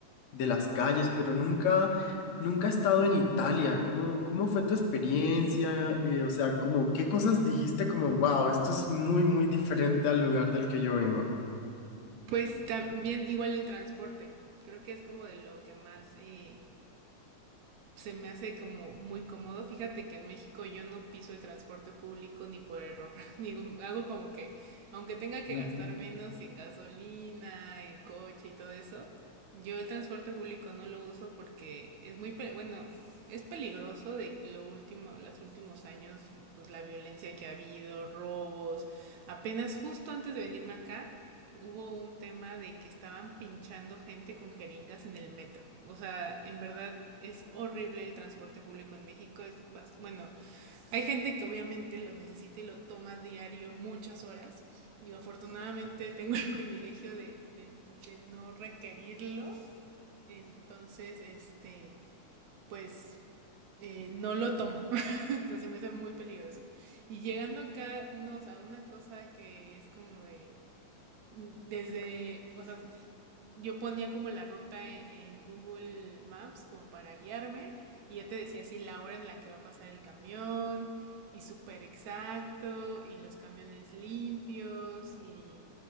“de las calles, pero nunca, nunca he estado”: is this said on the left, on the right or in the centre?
Left